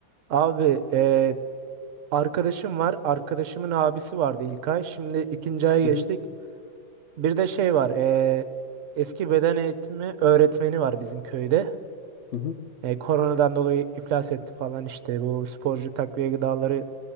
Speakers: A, on the right; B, on the left.
A: Abi e, arkadaşım var. Arkadaşımın abisi vardı ilk ay. Şimdi ikinci aya
B: Hı
A: geçtik.
B: hı,
A: Bir de şey var. e, eski beden eğitimi öğretmeni var bizim köyde.
B: hı hı,
A: E, koronadan dolayı iflas etti falan işte. Bu sporcu takviye gıdaları